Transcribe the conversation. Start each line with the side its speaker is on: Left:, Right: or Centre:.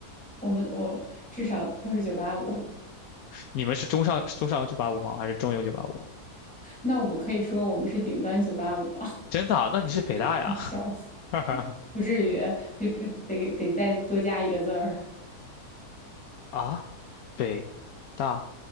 Centre: 我们我至少都是九八五，
Left: 你们是中上中上游九八五吗？还是中游九八五？
Centre: 那我可以说我们是顶端九八五吗？
Left: 真的啊那你是北大呀？
Centre: <laughs> 笑死，
Left: <laughs>
Centre: 不至于，得得得再多加一个字儿
Left: 啊，北大